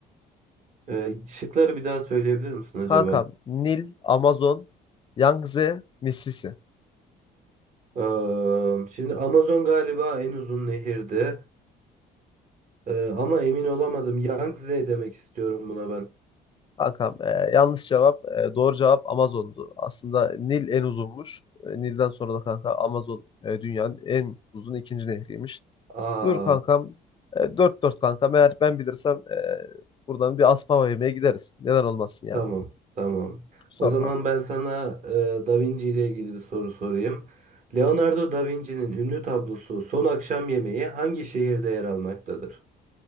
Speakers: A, on the right; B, on the left.
A: Ee, şıkları bir daha söyleyebilir misin acaba?
B: Kankam Nil, Amazon, Yangtze, Mississippi.
A: Ee, şimdi Amazon galiba en uzun nehirdi. Ee, ama emin olamadım. Yangtze demek istiyorum buna ben.
B: Kankam e, yanlış cevap. E, doğru cevap Amazon'du. Aslında Nil en uzunmuş. E, Nil'den sonra da kanka Amazon e, dünyanın en uzun ikinci nehriymiş.
A: Aa,
B: Buyur kankam. E, dört dört kankam. Eğer ben bilirsem e, buradan bir Aspava yemeğe gideriz. Neden olmasın yani.
A: tamam, tamam.
B: Sor
A: O zaman
B: kankam.
A: ben sana e, Da Vinci ile ilgili bir soru sorayım. Leonardo da Vinci'nin ünlü tablosu Son Akşam Yemeği hangi şehirde yer almaktadır?